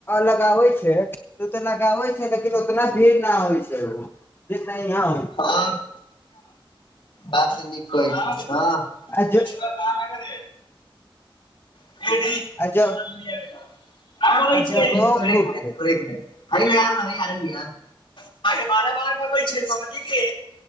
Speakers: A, on the left; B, on the left.
A: लगाबै छै तू <unintelligible> तऽ लगाबै छै लेकिन उतना भीड़ न होइ छै उ जेतना इहाँ होइ छै
B: हँ बात तऽ नीक कहै छी हँ
A: आ जो <unintelligible>
B: कहाँ लागल हे <unintelligible> <unintelligible>
A: आ ज
B: अइ ल यार
A: आ जगहो खूब
B: हइ
A: छै
B: <unintelligible> लागलरिया अहाँके बारह बरमे अबै <unintelligible> <unintelligible> समझी के